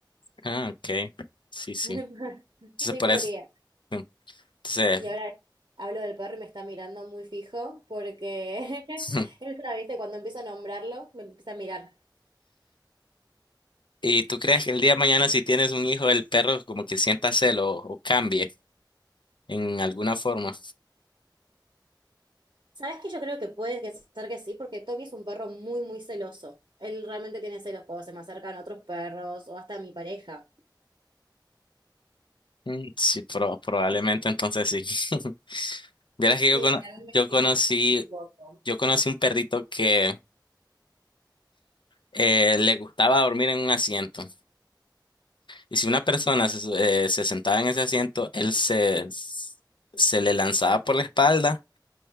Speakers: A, on the left; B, on the right.
A: ah, ok. Sí, sí.
B: <laughs>
A: Entonces
B: Sí,
A: por
B: podría.
A: eso. mm, Entonces,
B: Y ahora hablo del perro y me está mirando muy fijo porque <laughs>
A: <laughs>
B: él, ¿viste? Cuando empiezo a nombrarlo, me empieza a mirar.
A: ¿y tú crees que el día de mañana si tienes un hijo, el perro como que sienta celo o, o cambie en alguna forma?
B: ¿Sabes qué? Yo creo que puede que ser que sí, porque Tommy es un perro muy, muy celoso. Él realmente tiene celos cuando se me acercan otros perros o hasta mi pareja.
A: Mm, Sí, pro- probablemente entonces sí. <laughs> Vieras que
B: Sí,
A: yo, cono-
B: a mí
A: yo conocí
B: me... es un poco.
A: Yo conocí un perrito que eh, le gustaba dormir en un asiento. Y si una persona se, su- eh, se sentaba en ese asiento, él se, se le lanzaba por la espalda